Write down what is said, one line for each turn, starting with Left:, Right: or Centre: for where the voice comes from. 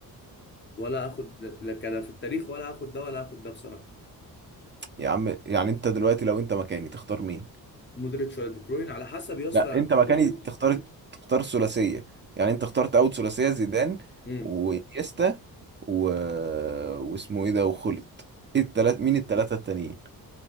Left: ولا اخد لا كلا في التاريخ ولا اخد ده ولا اخد ده بصراحة
Right: يا عم يعني انت دلوقتي لو انت مكاني تختار مين
Left: مودريتش ولا دي بروين على حسب يا اسطى
Right: لا انت مكاني
Left: مودريتش
Right: تختار تختار الثلاثيه يعني انت اخترت اول ثلاثيه زيدان
Left: امم
Right: وانيستا و... واسمه ايه ده وخلت ايه التلات مين التلاته التانيين